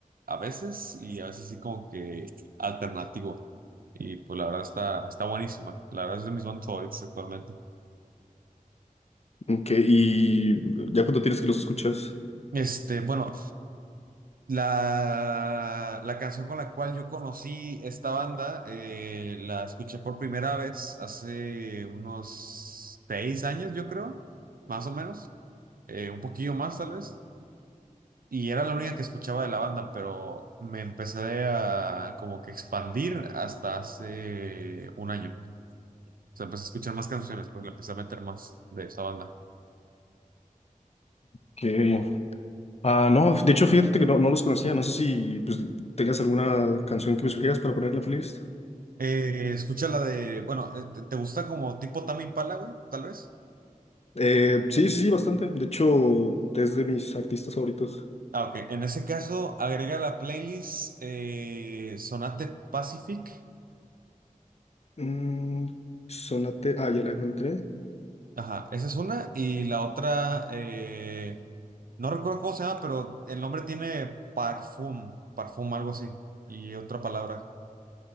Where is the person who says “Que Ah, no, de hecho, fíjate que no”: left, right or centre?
Left